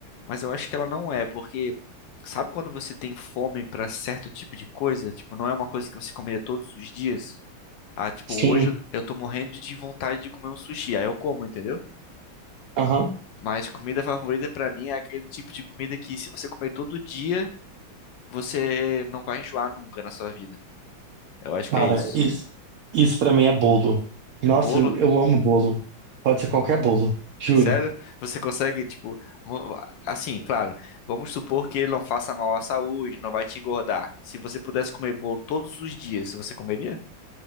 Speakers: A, on the left; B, on the right.
A: Mas eu acho que ela não é, porque sabe quando você tem fome pra certo tipo de coisa? Tipo, não é uma coisa que você comeria todos os dias. Ah, tipo,
B: Sim,
A: hoje eu tô morrendo de vontade de comer um sushi, aí eu como, entendeu?
B: aham.
A: Mas comida favorita pra mim é aquele tipo de comida que se você comer todo dia, você não vai enjoar nunca na sua vida. Eu acho
B: Cara,
A: que é isso.
B: isso, isso pra mim é bolo. Nossa,
A: Bolo?
B: eu, eu amo bolo. Pode ser qualquer bolo, juro.
A: Sério? Você consegue, tipo, vo- assim, claro, vamos supor que ele não faça mal à saúde, não vai te engordar. Se você pudesse comer bolo todos os dias, você comeria?